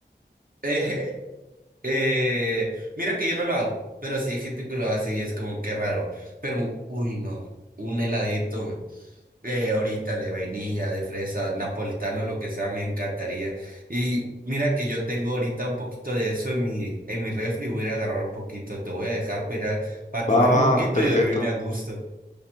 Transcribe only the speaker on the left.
Va, va,
perfecto.